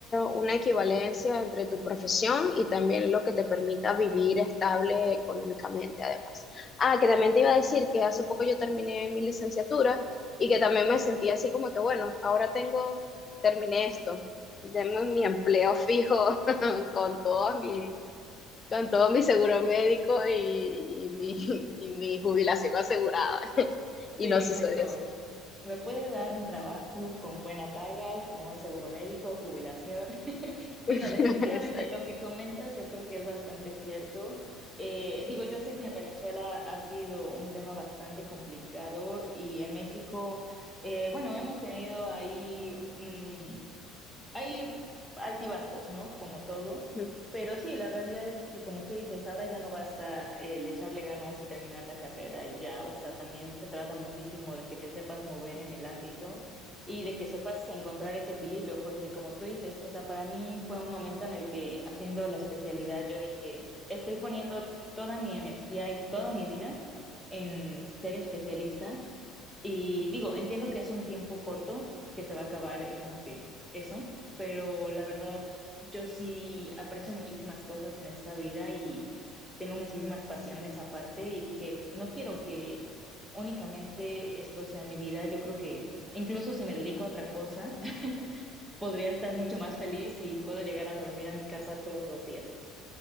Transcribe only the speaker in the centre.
Sí,
exacto.
Me puede dar un trabajo con buena paga, con un seguro médico, jubilación. <laughs> Sí,
no, definitivamente lo que comentas yo creo que es bastante cierto. Eh, digo, yo sé que en Venezuela ha sido un tema bastante complicado y en México, eh, bueno, hemos tenido ahí mm, hay altibajos, ¿no? Como todo.
Pero sí, la realidad es que, como tú dices, ahora ya no basta el echarle ganas y terminar la carrera y ya, o sea, también se trata muchísimo de que te sepas mover en el ámbito y de que sepas encontrar ese equilibrio, porque como tú dices, o sea, para mí fue un momento en el que haciendo la especialidad yo dije, estoy poniendo toda mi energía y toda mi vida en ser especialista y digo, entiendo que es un tiempo corto, que se va a acabar eh, como que eso, pero la verdad, yo sí aprecio muchísimas cosas en esta vida y tengo muchísimas pasiones aparte y dije, no quiero que únicamente esto sea mi vida, yo creo que incluso si me dedico a otra cosa, <laughs> podría estar mucho más feliz y puedo llegar a dormir a mi casa todos los días.